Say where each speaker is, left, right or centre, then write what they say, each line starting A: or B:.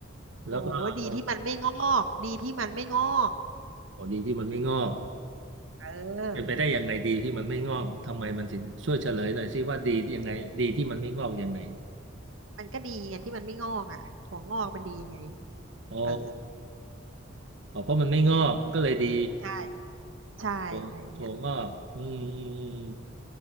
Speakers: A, on the right; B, on the right.
A: แล้วก็โ
B: โอ้ดีที่มันไม่งอกดีที่มันไม่งอก
A: หดีที่มันไม่งอก
B: เออ
A: เป็นไปได้ยังไงดีที่มันไม่งอกทำไมมันถึงช่วยเฉลยหน่อยสิว่าดียังไงดีที่มันไม่งอกยังไง
B: มันก็ดีไงที่มันไม่งอกอ่ะถั่วงอกมันดียังไง
A: อ๋อ
B: เออ
A: อ๋อเพราะมันไม่งอกก็เลยดี
B: <laughs> ใช่ใช่อะไรอย่างเงี้ย
A: ถั่วถั่วงอกอืมอืมอืม